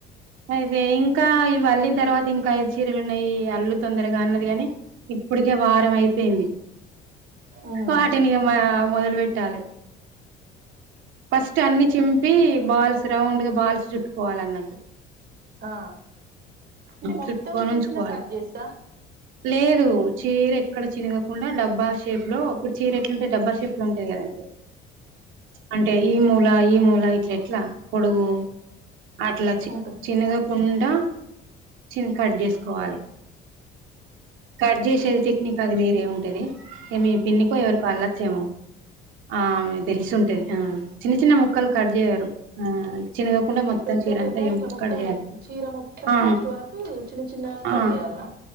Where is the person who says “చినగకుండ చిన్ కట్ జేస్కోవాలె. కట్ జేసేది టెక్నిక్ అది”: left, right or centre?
Right